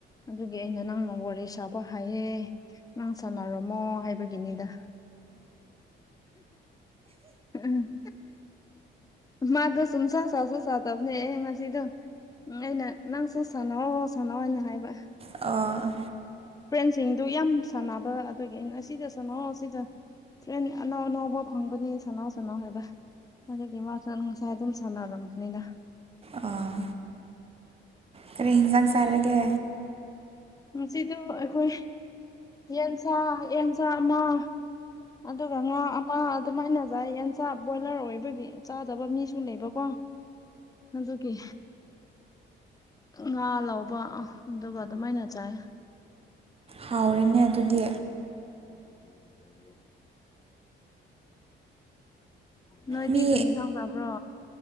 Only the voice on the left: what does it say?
ꯑꯗꯨꯒꯤ ꯑꯩꯅ ꯅꯪꯅ ꯋꯥꯔꯤ ꯁꯥꯕ ꯍꯥꯏꯌꯦꯦ ꯅꯪ ꯁꯥꯟꯅꯔꯝꯃꯣ ꯍꯥꯏꯕ ꯒꯤꯅꯤꯗ ꯎꯝ <inaudible> ꯃꯥꯒꯁꯨ ꯎꯝ ꯁꯥ ꯁꯥꯥꯎ ꯁꯣ ꯁꯥ ꯇꯝꯅꯦ ꯑꯦ ꯉꯁꯤꯗ ꯑꯩꯅ ꯅꯪꯁꯨ ꯁꯥꯟꯅꯧꯑꯣ ꯁꯥꯟꯅꯣ ꯍꯥꯏꯅ ꯍꯥꯏꯕ
ꯐ꯭ꯔꯦꯟꯁꯤꯡꯗꯨ ꯌꯥꯝ ꯁꯥꯟꯅꯕ ꯑꯗꯨꯒꯤ ꯑꯩꯅ ꯑꯁꯤꯗ ꯁꯅꯣ ꯁꯤꯗ ꯇ꯭ꯔꯦꯟ ꯑꯅꯧ ꯑꯅꯧꯕꯕ ꯐꯪꯕꯅꯤ ꯁꯅꯥꯎ ꯁꯅꯥꯎ ꯍꯥꯏꯕ ꯑꯗꯨꯗꯒꯤ ꯃꯥ ꯁ ꯉꯁꯥꯏ ꯑꯗꯨꯝ ꯁꯥꯟꯅꯔꯝꯕꯅꯤꯅ
ꯉꯗꯣ ꯑꯩꯈꯣꯏ ꯌꯦꯟꯁꯥ ꯌꯦꯟꯁꯥ ꯑꯃ ꯑꯗꯨꯒ ꯉꯥ ꯑꯃ ꯑꯗꯨꯃꯥꯏꯅꯖꯥꯏ ꯌꯦꯟꯁꯥ ꯕꯣꯏꯂꯔ ꯑꯣꯏꯕꯒꯤ ꯆꯥꯗꯕ ꯃꯤꯁꯨ ꯂꯩꯕ ꯀꯣ ꯑꯗꯧꯒꯤ ꯉꯥ ꯂꯧꯕ ꯑꯗꯨꯒ ꯑꯗꯨꯃꯥꯏꯅ ꯆꯥꯏ
<unintelligible> ꯅꯣꯏꯗꯤ
ꯀꯔꯤ ꯌꯦꯟꯁꯥꯡ ꯆꯥꯕ꯭ꯔꯣ